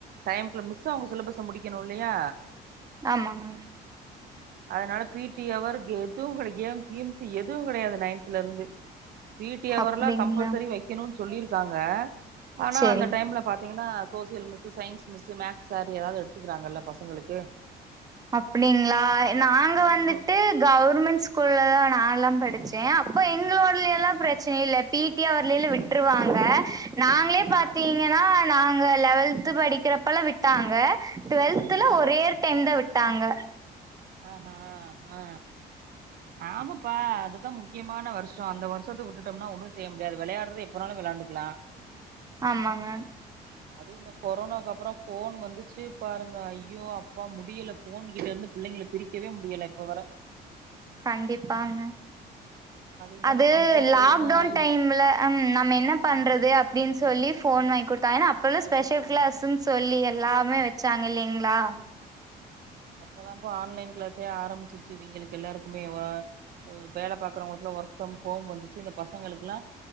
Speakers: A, on the right (about 65°); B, on the right (about 20°).
A: டைம் குள்ள மிஸ்ஸு அவங்க சிலபஸ்ஸ முடிக்கணு இல்லையா
B: ஆமாங்க
A: அதனால பி டி ஹவர் எதுவு கிடையா கேம் கிம்ஸ் எதுவு கிடையாது நயன்த்ல இருந்து பி டி அவர்
B: அப்டிங்களா
A: எல்லா கம்பல்சரி வைக்கணு சொல்லிருக்காங்க ஆனா
B: சேரிங்
A: அந்த டைம்ல பாத்தீங்ன்னா social miss science miss maths sir ஏதாவது எடுத்துக்கிறாங்கல்ல பசங்களுக்கு
B: அப்டிங்களா நாங்க
A: ம்
B: வந்துட்டு கவர்மெண்ட் ஸ்கூல்ல தா நாலா படிச்சே அப்ப எங்களோட எல்லா
A: ஆமா
B: பிரச்சன இல்ல பி டி ஹவர்லல்ல விட்டுருவாங்க நாங்ளே பாத்தீங்
A: ஆ
B: கன நாங்க லெவல்த் படிக்கிறப்பல விட்டாங்க டுவெல்தல
A: ஆ
B: ஒரே ஒர்டைம் தா விட் டாங்க
A: ஆ ஹ ஆ ஆமாப்பா அதுதா முக்கியமான வருஷ் ஷோ அந்த வருஷத்த விட்டுட்டோம்ன ஒன்னு செய் முடியாது விளையாடுறது எப்ப வேனாலு விளாண்டுக்கலா
B: ஆமாங்க
A: அதுவு இந்த கொரோனாக்கு அப்றோ ஃபோன் வந்துச்சு பாருங்க ஐயோ அப்பா முடியில போன் கிட்ட இருந்து பிள்ளைங்கள பிரிக்கவே முடியல இப்ப வர
B: கண்டிப்பாங்க
A: இன்னொன்னு
B: அது
A: கம்பல்சரியாவு
B: லாக்டவுன்
A: ஆயிருச்சு
B: டைம்ல ம் நம்ம என்ன பண்றது அப்டின்னு
A: ம்
B: சொல்லி ஃபோன் வாங்கி கொடுத்தா ஏன்ன அப்பல்லா ஸ்பெஷல்
A: ம்
B: கிளாஸ்ன்னு சொல்லி எல்லாமே வச்சாங்க இல்லைங்ளா
A: அப்பதாப்ப ஆன்லைன் கிளாஸே ஆரம்பிருச்சுச்சு இவங்களுக்கு எல்லாருக்குமேவோ வேல பாக்குறவங்களுக்கு எல்லா ஒர்க் ஃப்ரம் ஹோம் வந்துச்சு இந்த பசங்களுக்கு எல்லா